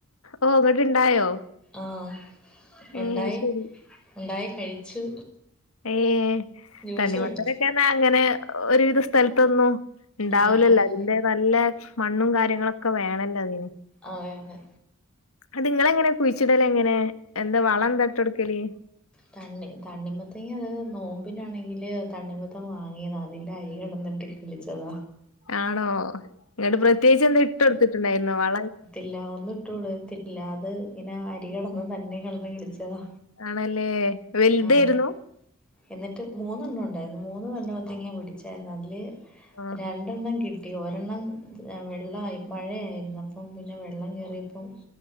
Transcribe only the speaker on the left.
ഓ അങ്ങോട്ട് ഇണ്ടായോ?
ഏ
ശരി
ഏ
തണ്ണിമത്തരൊക്കെന്നാ
അങ്ങനെ ഒരുവിധ സ്ഥലത്തന്നു ഉണ്ടാവൂലല്ലോ
അതിന്റെ നല്ല മണ്ണും കാര്യങ്ങളൊക്കെ വേണല്ലോ അതിന്
അത് നിങ്ങള എങ്ങനെ കുഴിച്ചിടല്ലേ എങ്ങനെ എന്താ വളം എന്താട്ടടുക്കലേ
ആണോ ഇങ്ങോട്ട് പ്രത്യേകിച്ച് എന്താ ഇട്ട എടുത്തിട്ടുണ്ടായിരുന്നോ വള
ആണല്ലേ വലുതായിരുന്നു?
ആ